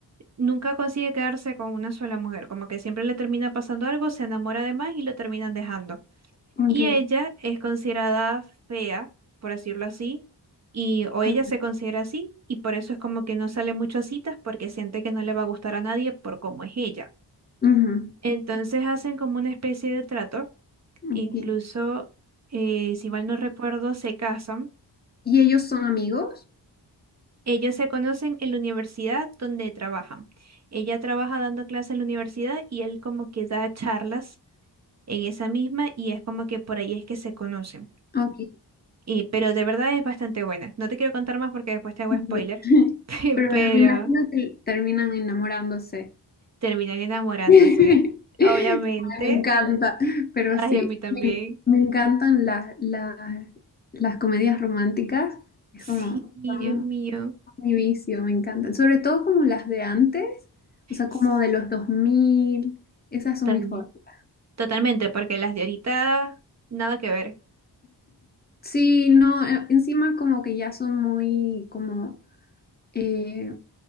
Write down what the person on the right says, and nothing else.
nunca consigue quedarse con una sola mujer, como que siempre le termina pasando algo, se enamora de más y lo terminan dejando.
Y ella es considerada fea, por decirlo así, y o ella
se considera así, y por eso es como que no sale mucho a citas porque siente que no le va a gustar a nadie por cómo es ella.
Entonces hacen como una especie de trato Incluso,
eh, si mal no recuerdo, se casan.
Ellos se conocen en la universidad donde trabajan. Ella trabaja dando clases en la universidad y él como que da charlas en esa misma y es como que por ahí es que se conocen.
Y, pero de verdad es bastante buena. No te quiero contar más porque después te hago
spoiler,
<laughs>
pero
terminan enamorándose.
Obviamente.
Ay,
a mí también.
Sí,
Dios mío.
S-
Totalmente.
Totalmente, porque las de ahorita, nada que ver.